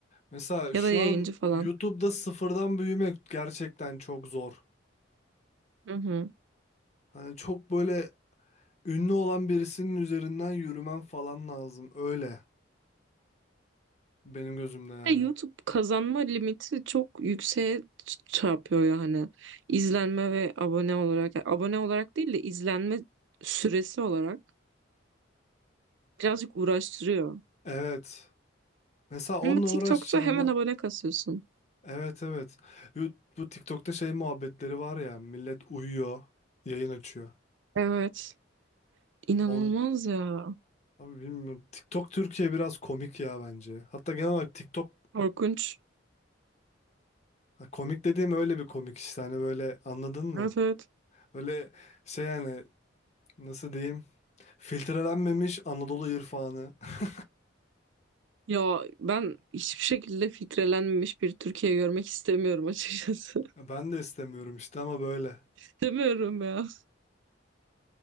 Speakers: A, on the left; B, on the right.
A: Mesela
B: Ya
A: şu
B: da yayıncı
A: an
B: falan.
A: YouTube'da sıfırdan büyümek gerçekten çok zor.
B: Hı hı.
A: Hani çok böyle ünlü olan birisinin üzerinden yürümen falan lazım. Öyle benim gözümde yani.
B: De YouTube kazanma limiti çok yükseğe ç- çarpıyor yani. İzlenme ve abone olarak. yani abone olarak değil de izlenme süresi olarak birazcık uğraştırıyor.
A: Evet. Mesela onunla
B: Ama TikTok'ta
A: uğraşacağım.
B: hemen abone kasıyorsun.
A: Evet evet. Yo, Bu TikTok'ta şey muhabbetleri var ya millet uyuyor, yayın açıyor.
B: Evet. İnanılmaz
A: On
B: ya.
A: abi bilmiyorum. TikTok Türkiye biraz komik ya bence. Hatta genel olarak TikTok
B: Korkunç.
A: ha, komik dediğim öyle bir komik işte hani böyle anladın mı?
B: Evet evet.
A: Böyle şey yani nasıl diyeyim? Filtrelenmemiş Anadolu irfanı. <laughs>
B: Ya ben hiçbir şekilde filtrelenmemiş bir Türkiye görmek istemiyorum açıkçası.
A: Ben de istemiyorum işte ama böyle.
B: <laughs> İstemiyorum ya.